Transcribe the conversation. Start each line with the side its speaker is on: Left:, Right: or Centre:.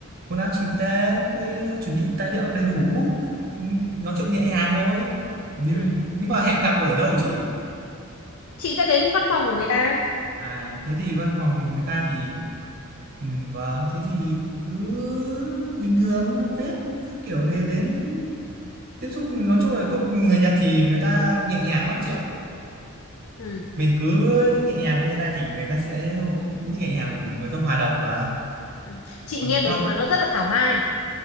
Right: quần áo chỉnh tề rồi, ờ, chuẩn bị tài liệu đầy đủ Ừ, nói chuyện nhẹ nhàng thôi nhưng
Left: ừ.
Right: nhưng mà hẹn gặp ở đâu chị
Left: chị sẽ đến văn phòng của người ta
Right: à thế thì văn phòng thì người ta thì ừ, vâng thế thì cứ bình thường mặc vest các kiểu này đến tiếp xúc nói chung là công- người Nhật thì người ta nhẹ nhàng lắm chị ạ
Left: ừ.
Right: mình cứ nhẹ nhàng với người ta thì người ta sẽ nhẹ nhàng mình người ta hòa đồng mà
Left: ừ. chị
Right: còn
Left: nghe đồn
Right: cho
Left: là nó rất là thảo mai